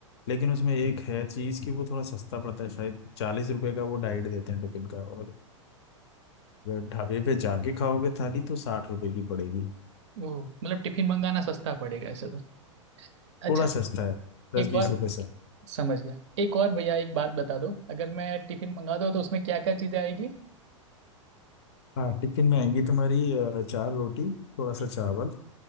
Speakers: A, on the left (about 55°); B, on the right (about 60°).
A: लेकिन उसमें एक है चीज़ कि वो थोड़ा सस्ता पड़ता है शायद चालीस रुपए का वो डाइट देते हैं टिफिन का और अगर ढाबे पे जाके खाओगे थाली तो साठ रुपए की पड़ेगी
B: वो मतलब टिफिन मंगाना सस्ता पड़ेगा ऐसे तो अच्छा
A: थोड़ा सस्ता है दस
B: एक
A: बीस
B: और
A: रुपए
B: समझ गया एक और भैया एक बात बता दो अगर मैं टिफिन मंगा दूँ तो उसमें क्या क्या चीज़ें आएगी
A: हाँ टिफिन में आएगी तुम्हारी अ, चार रोटी थोड़ा सा
B: ठीक
A: चावल